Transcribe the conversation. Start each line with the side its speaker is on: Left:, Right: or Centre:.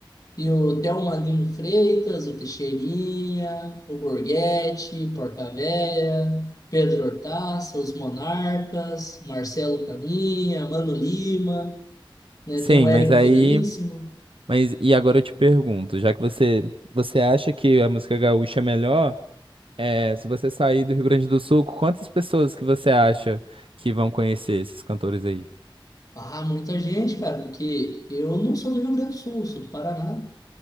Left: E o Thelma Lima Freitas, o Teixeirinha, o Borghetti, Porcavéia, Pedro Hortaça, os Monarcas, Marcelo Caminha, Mano Lima, né?
Right: Sim,
Left: Tem o Érico
Right: mas aí.
Left: Veríssimo.
Right: Mas e agora eu te pergunto, já que você você acha que a música gaúcha é melhor, é, se você sair do Rio Grande do Sul, quantas pessoas que você acha que vão conhecer esses cantores aí?
Left: Ah, muita gente, cara, porque eu não sou do Rio Grande do Sul, sou do Paraná.